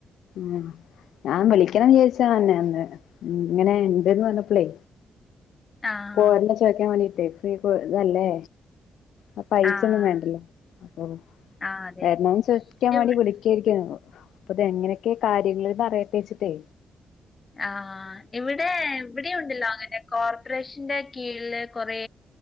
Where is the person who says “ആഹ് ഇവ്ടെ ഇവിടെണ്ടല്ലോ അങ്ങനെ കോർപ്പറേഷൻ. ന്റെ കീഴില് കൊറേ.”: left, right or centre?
Left